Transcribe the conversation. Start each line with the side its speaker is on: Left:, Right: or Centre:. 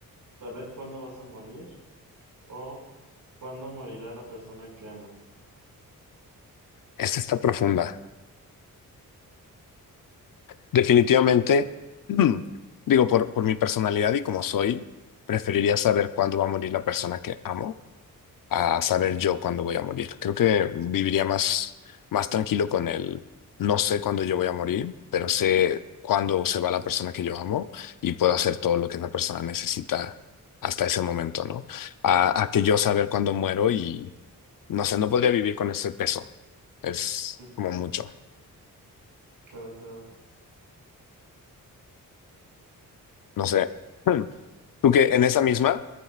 Right: ¿Saber cuándo vas a morir o cuándo morirá la persona que amas?
Left: Esta está profunda. Definitivamente, <clears throat> mm, digo, por, por mi personalidad y como soy, preferiría saber cuándo va a morir la persona que amo a saber yo cuándo voy a morir. Creo que viviría más, más tranquilo con el no sé cuándo yo voy a morir, pero sé cuándo se va la persona que yo amo y puedo hacer todo lo que esa persona necesita hasta ese momento, ¿no? A, a que yo saber cuándo muero y no sé, no podría vivir con ese peso. Es
Right: Sí,
Left: como mucho.
Right: Claro, claro.
Left: No sé. <clears throat> Hmm. Tú que en esa misma,